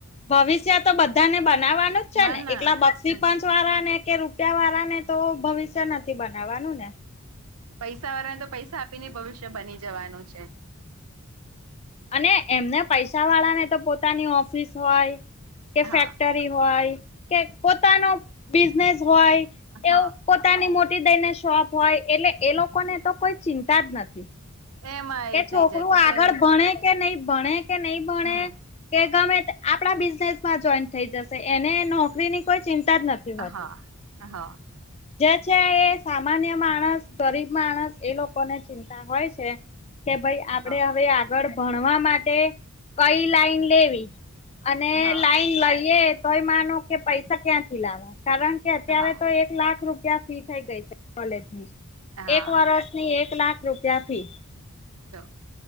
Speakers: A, on the left; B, on the right.
A: ભવિષ્ય તો બધાને બનાવવાનું જ છે
B: બના
A: ને એટલા બક્ષી
B: હમ
A: પંચ વાળા ને કે રૂપિયા વાળા ને તો ભવિષ્ય નથી બનાવાનું ને
B: પૈસા વાળા ને તો પૈસા આપી ને ભવિષ્ય બની જવાનું છે.
A: અને એમને પૈસા વાળાને તો પોતાની ઓફિસ હોય કે
B: હા
A: ફેક્ટરી રી હોય પોતાનો બિઝનેસ હોય એવુ
B: હા
A: પોતા પોતાની મોટી દઈ ને શોપ હોય એટલે એ લોકો ને તો કોઈ ચિંતા જ નથી.
B: હે એમાં
A: કે
B: એ
A: છોકરું
B: થઈ જાય કે
A: આગળ
B: ચલ
A: ભણે કે નહી ભણે કે નહી ભણે
B: હમ
A: કે ગમે આપડા બિઝનેસ માં જોઈન થઈ જશે એને નોકરીની કોઈ ચિંતા જ નથી. હોતી.
B: હા હા.
A: જે છે એ સામાન્ય માણસ ગરીબ માણસ એ લોકો ને ચિંતા હોય છે. કે ભાઈ આપણેે
B: હા
A: હવે આગળ ભણવા માટે કઈ લાઈન લેવી. અને
B: હા
A: લાઈન લઈએ તોય માનો કે પૈસા ક્યાંથી લાવવા કારણ અત્યારે
B: હા
A: તો એક લાખ રૂપિયા ફી થઈ ગઈ છે કોલેજ ની
B: હા
A: એક વરષ ની એક લાખ રૂપિયા ફી
B: તો